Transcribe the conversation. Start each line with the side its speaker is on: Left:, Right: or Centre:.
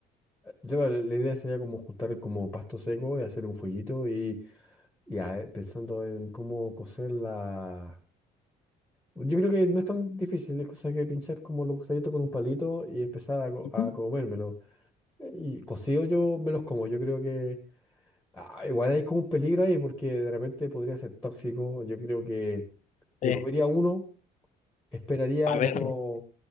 Centre: Yo, la la idea sería como juntar como pasto seco y hacer un fueguito y, y a- pensando en cómo cocer la... Yo creo que no es tan difícil, es cosa que pinchar como los gusanitos con un palito y empezar a, co-
Left: Ujú.
Centre: a comérmelo. Eh, Y cocido yo me los como, yo creo que Ah, igual hay como un peligro ahí porque de repente podría ser tóxico. Yo creo que me
Left: Eh,
Centre: comería uno, esperaría
Left: a ver,
Centre: como